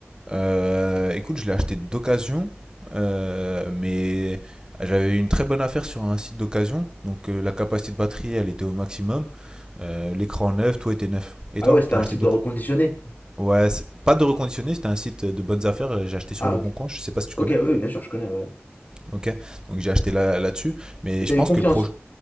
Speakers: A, on the right; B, on the left.
A: Euh, écoute, je l'ai acheté d'occasion, euh, mais j'avais eu une très bonne affaire sur un site d'occasion. Donc euh, la capacité de batterie, elle était au maximum. Euh, L'écran neuf, tout était neuf. Et
B: Ah
A: toi,
B: ouais, c'était
A: t'as
B: un
A: acheté
B: site
A: d'occasion
B: de reconditionné.
A: Ouais, c'est- pas de reconditionné, c'était un site de bonnes affaires. euh, J'ai acheté sur
B: Ah
A: le
B: ok.
A: bon coin, je sais pas si tu
B: Ok,
A: connais.
B: oui, bien sûr, je connais, ouais.
A: Ok, donc j'ai acheté là- là-dessus. mais
B: Et t'as
A: je pense
B: eu confiance?
A: que le proche.